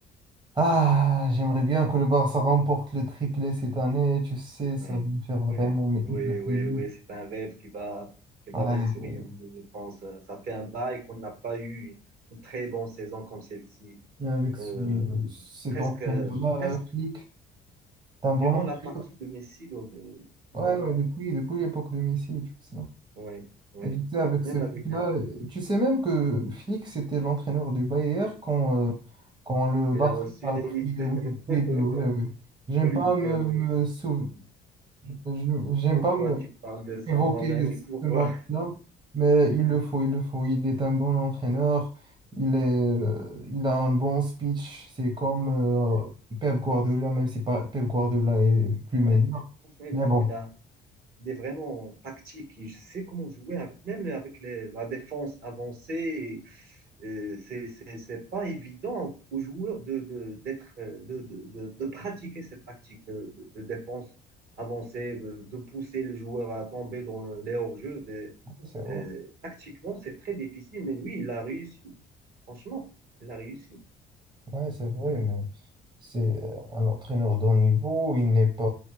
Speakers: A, on the right (about 25°); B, on the right (about 65°).
A: Ah, j'aimerais bien que le Barça remporte le triplé cette année. Tu sais,
B: Ouais,
A: ça va me faire vraiment
B: ouais,
A: mais
B: ouais,
A: hyper plaisir.
B: ouais, ouais, c'est un rêve qui va, qui va
A: Ouais,
B: même se réaliser, je pense. Euh, Ça fait un bail qu'on n'a pas eu une très bonne saison comme celle-ci.
A: et avec ce,
B: Euh,
A: cet
B: presque,
A: entraîneur-là,
B: presque
A: Flick, c'est un bon
B: durant
A: entraîneur.
B: la partie de Messi, donc, euh, la-
A: Ouais,
B: le
A: ouais,
B: baptême.
A: depuis, depuis l'époque de Messi et tout ça.
B: Ouais, ouais,
A: Et tu sais,
B: ouais.
A: avec
B: Même
A: ce Flick-là,
B: avec un.
A: tu sais même que Flick, c'était l'entraîneur du Bayern quand, euh, quand le
B: Il
A: Barça
B: a reçu
A: a
B: les
A: pris.
B: huit deux.
A: Oui, oui,
B: <laughs>
A: oui, ouais, ouais. J'aime
B: Huit
A: pas me,
B: deux, ouais.
A: me sou- je- J'aime
B: Pourquoi
A: pas me,
B: tu parles de ça,
A: évoquer
B: mon ami?
A: ce
B: Pourquoi?
A: match-là, mais il le faut, il le faut. Il est un bon entraîneur, il est, euh, il a un bon speech. C'est comme euh,
B: Ouais,
A: Pep Guardiola, même si pas, Pep Guardiola est plus meilleur.
B: ouais. Franchement, il
A: Mais
B: a,
A: bon,
B: il a Il est vraiment tactique. Il sait comment jouer, avec, même avec les- la défense avancée. Euh, c'est c'est- c'est pas évident aux joueurs de, de, d'être, euh, de, de, de- de pratiquer cette tactique de, de- de défense avancée, de, de pousser les joueurs à tomber dans le- les hors-jeux. Des-
A: c'est vrai.
B: euh, tactiquement, c'est très difficile, mais lui, il a réussi. Franchement, il a réussi.
A: Ouais, c'est vrai, mais c'est euh, un entraîneur de haut niveau. Il n'est pas